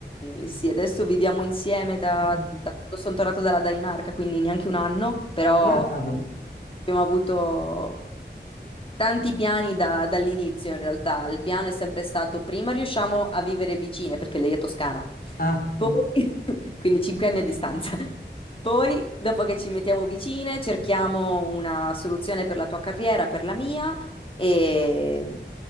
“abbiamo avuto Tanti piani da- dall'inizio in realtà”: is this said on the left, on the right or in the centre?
Left